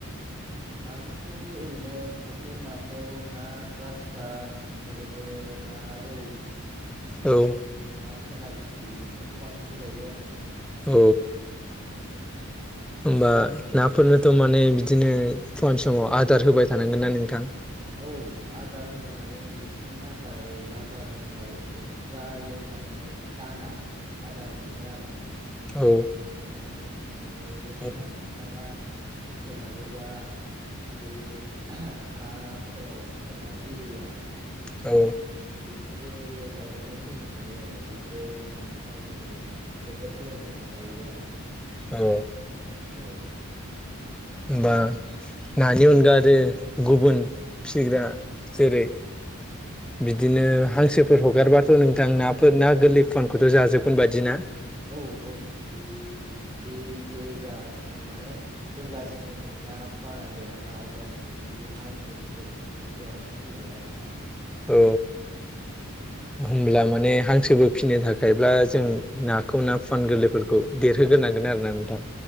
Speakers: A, on the right; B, in the centre.
A: नाखौथ' ओरैनो फुख्रिनि नाखौ ना ग्रास कप ओमफ्रायो ना रौ।
B: औ।
A: ना सायना फुथि इफोरखौ बांसिन जायो आरो
B: औ।
A: औ
B: होमबा नाफोरनोथ' माने बिदिनो फवान समाव आदार होबाय थानांगोन ना नोंथां'
A: औ आदार होनो माने बिसिोरनि थाखाय बाजारफोराव एक्सट्रायै माने दाना आदार मोनो आरो
B: औ
A: बिसिनो होनो थाखाय ओमफ्राय जेनेबा
B: औ
A: नोंथाङा सोलाबोबा बे ओहा हाफोराव खुरनाय उरिया
B: औ।
A: बेखौबो जावनानै होनो हायो आरो बेखौ ना फुवानफोरा जोबोद मोजां मोजाङै जायो आरो
B: औ।
A: औ।
B: होमबा नानि अनगा आरो गुबुन फिसिग्रा जेरै बिदिनो हांसोफोर हगारबाथ' नोंथां नाफोर ना गोरलै फुवानखौथ' जाजोबगोन बायदि ना
A: औ औ बे बे जेजासिम माने जेब्लासिम ना फुवाना देराना अब्लासिम बिदि हांसोफोरखौ बिदि फख्रियाव ओंखार होजाया जाया आरो ना नोंथां
B: औ।
A: अ।
B: होमब्ला माने हांसोबो फिनो थाखायब्ला जों नाखौ ना फुवान गोरलैफोरखौ देरहोगोन नांगोन आरो ना नोंथां